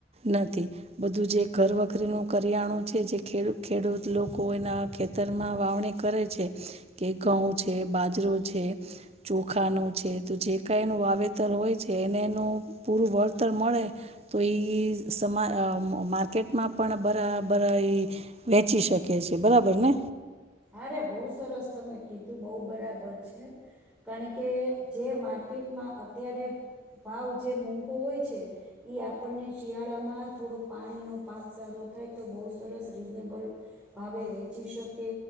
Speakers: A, on the right; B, in the centre.
A: નથી. બધું જે ઘર વખરીનું કરિયાણું છે જે ખેડૂત ખેડૂત લોકો એના ખેત ખેતરમાં વાવણી કરે છે કે ઘઉં છે, બાજરો છે. ચોખાનું છે તો જે કઈનુ વાવેતર હોય, એને એનું પૂરું વળતર મળે. તો એ સમા અ માર્કેટમાં પણ ભરા ભરાય. વેચી શકે છે બરાબર ને.
B: અરે બહુ સરસ તમે કીધું બહુ બરાબર છે કારણ કે જે માર્કેટમાં અત્યારે ભાવ જે મોંઘો હોય છે એ આપણને શિયાળામાં થોડુંક પાણીનો પાક સારો થાય તો બહુ સરસ રીઝનેબલ ભાવે વેચી શકે